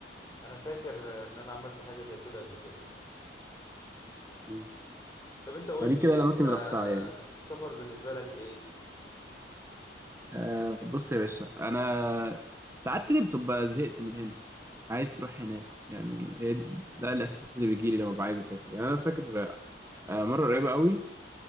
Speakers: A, on the left (about 20°); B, on the right (about 15°).
A: انا فاكر ان انا عملت حاجه زي كده قبل كده
B: مم.
A: طب انت قول
B: فدي
A: لي
B: كده الأماكن
A: انت
B: اللي رحتها يعني
A: السفر بالنسبه لك ايه
B: آه بص يا باشا انا ساعات كده بتبقى زهقت من هنا عايز تروح هناك يعني هي دي- ده الاساس اللي بيجي لي لما ببقى عايز اسافر يعني انا فاكر آه مره قريبه قوي